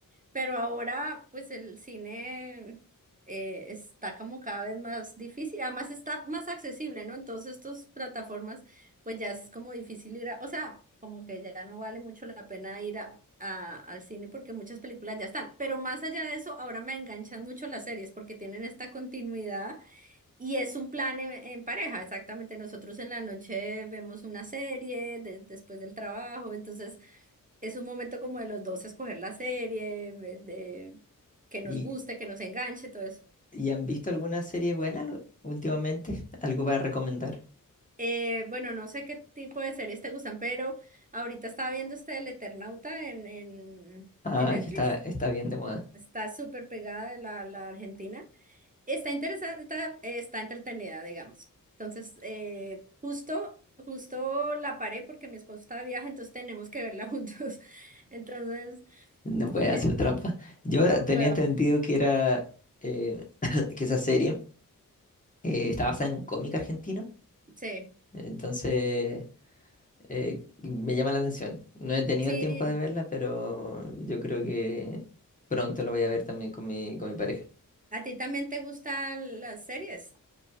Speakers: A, on the right; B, on the left.
A: Pero ahora, pues el cine eh, está como cada vez más difícil, además está más accesible, ¿no? Entonces, estas plataformas, pues ya es como difícil ir a, o sea, como que ya no vale mucho la pena ir a, a- al cine porque muchas películas ya están. Pero más allá de eso, ahora me enganchan mucho las series porque tienen esta continuidad y es un plan en, en pareja, exactamente. Nosotros en la noche vemos una serie de- después del trabajo, entonces es un momento como de los dos escoger la serie, de, de- que
B: ¿Y,
A: nos guste, que nos enganche, todo eso.
B: y han visto alguna serie buena lo- últimamente? ¿Algo para recomendar?
A: Eh, bueno, no sé qué tipo de series te gustan, pero ahorita estaba viendo este El Eternauta en, en,
B: Ah,
A: en Netflix.
B: es que está, está bien de moda.
A: Está súper pegada de la, la Argentina. Está interesante, está, está entretenida, digamos. Entonces, eh, justo, justo la paré porque mi esposo está de viaje, entonces tenemos que verla juntos. <laughs> Entonces,
B: No puede
A: eh,
B: hacer trampa. Yo
A: no
B: tenía
A: puedo.
B: entendido que era eh, <clears throat> que esa serie eh, está basada en un cómic argentino.
A: Sí,
B: Entonces eh, me llama la atención. No he tenido
A: sí.
B: el tiempo de verla, pero yo creo que pronto lo voy a ver también con mi, con mi pareja.
A: ¿A ti también te gustan las series?